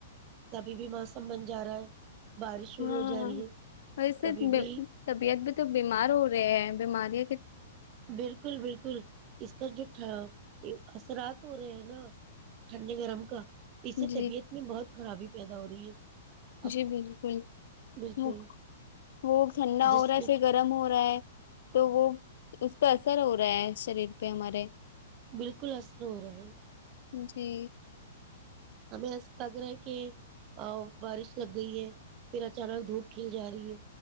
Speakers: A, on the right; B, on the left.
A: کبھی بھی موسم بن جا رہا ہے بارش شروع
B: ہاں
A: ہو جا رہی ہے
B: وسے
A: کبھی بھی
B: طبیعت بھی تو بیمار ہو رہے ہیں بیماری
A: بالکل بالکل اس کا جو ہ اثرات ہو رہے ہیں نا ٹھنڈی گرم کا اس سے
B: جی
A: طبیعت میں بہت خرابی پیدا ہو رہی ہے اب
B: جی بالکل
A: بالکل
B: وہ وہ ٹھنڈا
A: جس
B: ہو رہا ہے
A: میں
B: پھر گرم ہو رہا ہے تو وہ اس پہ اثر ہو رہا رہا شریر پہ ہمارے
A: بالکل اصر ہو رہا ہے
B: جی
A: ہمیں ایسا لگ رہا ہے کہ بارش لگ گئی ہے پھر اچانک دھوپ کھیل جا رہی ہے